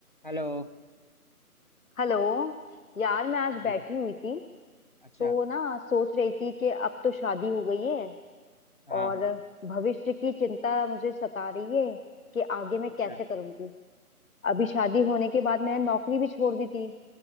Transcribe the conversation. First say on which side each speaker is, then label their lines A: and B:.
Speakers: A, on the left; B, on the left.
A: Hello
B: Hello यार मैं आज
A: जी
B: बैठी हुई थी
A: अच्छा
B: तो ना सोच रही थी कि अब तो शादी हो गई है
A: हाँ
B: और
A: हाँ
B: भविष्य की चिंता मुझे सता रही है कि आगे मैं
A: अच्छा
B: कैसे करूंगी अभी शादी होने के बाद मैंने नौकरी भी छोड़ दी थी